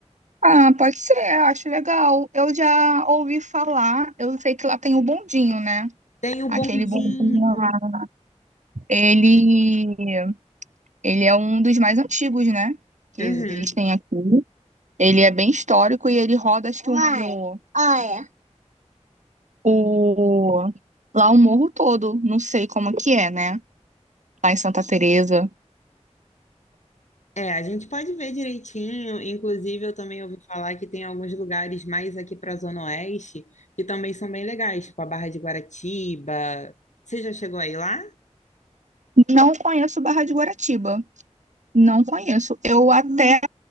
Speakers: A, on the right; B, on the left.
A: Ah, pode ser, eu acho legal. Eu já ouvi falar, eu sei que lá tem o bondinho, né?
B: Tem o
A: Aquele
B: bondinho.
A: bondinho lá. Ele, ele é um dos mais antigos, né? Que
B: Uhum.
A: existem aqui. Ele é bem histórico e ele roda, acho que o, o, Olha, o, lá o morro todo. Não sei como que é, né? Lá em Santa Teresa.
B: É, a gente pode ver direitinho. Inclusive, eu também ouvi falar que tem alguns lugares mais aqui para a Zona Oeste que também são bem legais, tipo a Barra de Guaratiba. Você já chegou aí lá?
A: Não conheço Barra de Guaratiba. Não conheço. Eu até